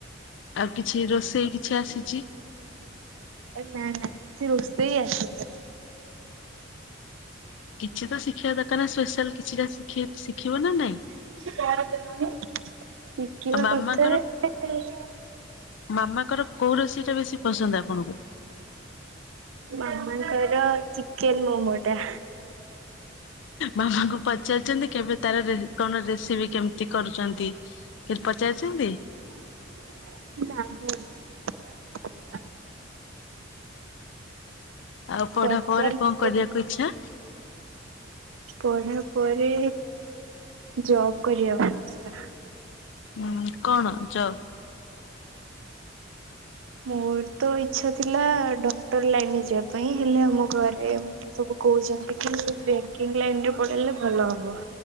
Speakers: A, on the left (about 65°); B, on the right (about 85°).
A: ଆଉ କିଛି ରୋଷେଇ କିଛି ଆସିଛି?
B: ଏ ନା ନା କିଛି ରୋଷେଇ ଆସେନି ବି।
A: କିଛି ତ ଶିଖିବା ଦରକାର୍ ନା, ସ୍ପେଶାଲ କିଛିଟା ସିଖି ଶିଖିବ ନା ନାଇଁ।
B: <inaudible> ଶିଖିବା
A: ଆଉ ମାମାଙ୍କର
B: କଥା ଏଇ
A: ମାମାଙ୍କର କୋଉ ରୋଷେଇ ଟା ବେଶୀ ପସନ୍ଦ ଆପଣଙ୍କୁ?
B: ମାମାଙ୍କର ଚିକେନ ମୋମୋ ଟା।
A: ମାମାଙ୍କୁ ପଚାରିଛନ୍ତି କେବେ ତାର ରେ କଣ ରେସିପି କେମିତି କରୁଚନ୍ତି? କେବ୍ ପଚାରିଛନ୍ତି?
B: ନାହିଁ।
A: ଆଉ ପଢ଼ା
B: ପଚାରିନି
A: ପରେ କଁ କରିବାକୁ ଇଛା?
B: ପଢ଼ା ପରେ ଜବ୍ କରିବାକୁ ଇଚ୍ଛା।
A: ହୁଁ କଣ ଜବ୍?
B: ମୋର ତ ଇଛା ଥିଲା, ଡ଼କ୍ଟର ଲାଇନରେ ଯିବା ପାଇଁ ହେଲେ ଆମ ଘରେ ମ ତେ ସବୁ କହୁଛନ୍ତି କି, ବେଙ୍କିଙ୍ଗ୍ ଲାଇନ୍ ରେ ପଢ଼ିଲେ ଭଲ ହବ।